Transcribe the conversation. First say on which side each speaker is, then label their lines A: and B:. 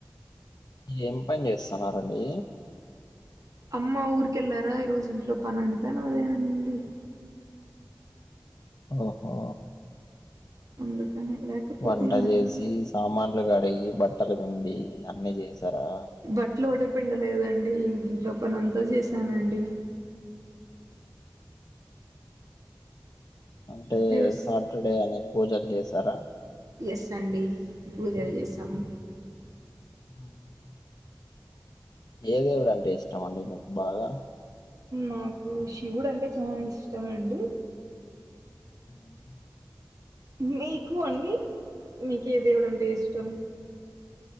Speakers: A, on the left; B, on the right.
A: ఏం పని చేస్తన్నారండి
B: అమ్మ ఊరికెళ్ళారా ఈ రోజు ఇంట్లో పనంతా నాదేనండి
A: ఓహో
B: అందుకనే <inaudible>
A: వంట
B: నాకే
A: చేసి, సామాన్లు కడిగి, బట్టలు పిండి అన్నీ చేసారా
B: బట్లు ఒకటే పిండలేదండి ఇంక ఇంట్లో పనంతా చేశానండి
A: అంటే
B: ఎస్
A: సాటర్డే అని పూజలు చేసారా
B: ఎస్ అండి పూజలు చేసాము
A: మ్మ్ ఏ దేవుడంటే ఇష్టం అండి మీకు బాగా
B: నాకు శివుడు అంటే చాలా ఇష్టం అండి
A: మ్మ్
B: మీకు అండి మీకు ఏ దేవుడంటే ఇష్టం